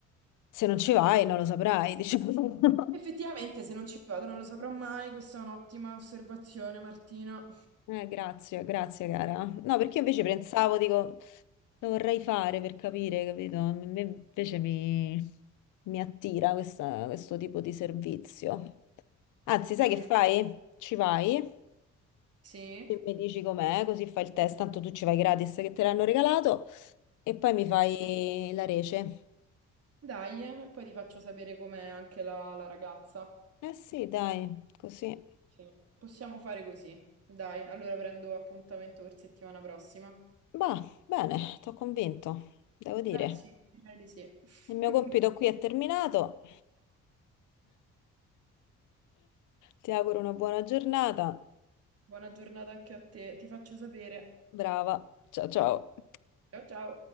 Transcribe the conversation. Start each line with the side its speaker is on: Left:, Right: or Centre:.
Left: Se non ci vai, non lo saprai, diciamo. <laughs>
Right: Effettivamente, se non ci vado non lo saprò mai, questa è un'ottima osservazione, Martina.
Left: Eh, grazie, grazie, cara. No, perché io invece pensavo, dico, lo vorrei fare per capire, capito? A me invece mi, mi attira questa- questo tipo di servizio. Anzi,
Right: Mm,
Left: sai che fai? Ci vai?
Right: sì,
Left: e mi dici com'è, così fai il test, tanto tu ci vai gratis che te l'hanno regalato e poi mi
Right: giusto.
Left: fai la rece.
Right: Dai, eh, e poi ti faccio sapere com'è anche la, la ragazza.
Left: Eh sì, dai, così.
Right: Sì. Possiamo fare così. Dai, allora prendo appuntamento per settimana prossima.
Left: Bah, bene, t'ho convinto, devo dire.
Right: Beh, sì, direi di sì.
Left: Il mio
Right: <laughs>
Left: compito qui è terminato. Ti auguro una buona giornata.
Right: Buona giornata anche a te, ti faccio sapere.
Left: Brava. Ciao ciao.
Right: Ciao ciao.